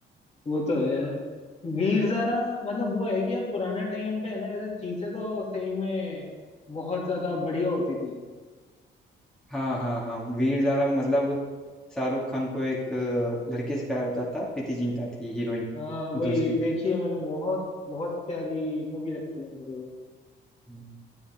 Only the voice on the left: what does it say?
वो तो है यार भीड़ जरा मतलब वो है कि यार पुराना टाइम पे है ना ऐसे चीजें तो सही में बहुत ज्यादा बढ़िया होती थी
हाँ वही
देखिए मैंने बहुत बहुत प्यारी मूवी लगती है मेरे को भी।